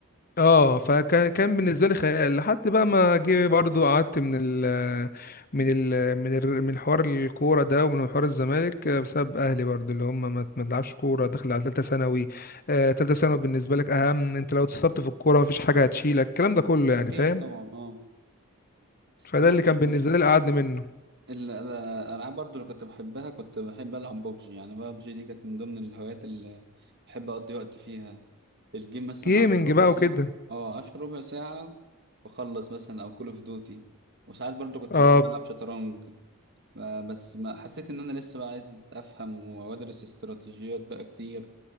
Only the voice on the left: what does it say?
اه فكان كان بالنسبه لي خيال لحد بقى ما جه برضه قعدت من ال من ال من ال من حوار الكوره ده ومن حوار الزمالك بسبب اهلي برضه اللي هم ما ما تلعبش كوره داخل على ثالثه ثانوي آه، ثالثه ثانوي بالنسبه لك اهم انت لو اتصبت في الكوره مفيش حاجه هتشيلك الكلام ده كله يعني
فاهم
فده
اللي كان
بالنسبه لي اللي قعدني منه
جيمنج
بقى
وكده
اه